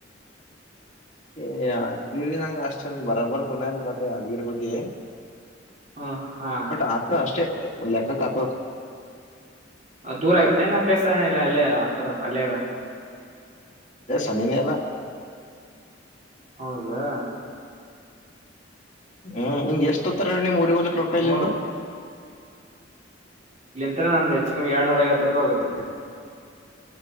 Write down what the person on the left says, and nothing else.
ಏ ಅದ ನಂಗ ಅಷ್ಟನ್ ಬರಬರ್. ಪುನಲ್ ಬಟ ಅಗರ್ ಬಗ್ಗೆ.
ಬಟ್ ಆತ ಅಷ್ಟೇ ಲೆಕ್ಕಕ್ ಆತ
ಏ ಸನಿನೇ ಅದ
ಹ್ಮ್ ನಿಂಗ ಎಷ್ಟ ಹತ್ತಾರ ನಿಮ್ ಉಊರಿ ಹಲಕ್ ರೊಕ್ಕ ಇಲ್ಲಿಂದು.